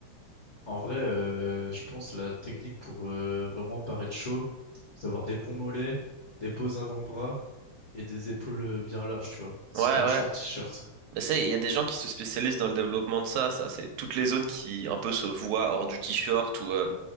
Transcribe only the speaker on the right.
Ouais,
ouais.
Mais ça, il y a des gens qui se spécialisent dans le développement de ça. Ça, c'est toutes les zones qui un peu se voient hors du t-shirt ou euh,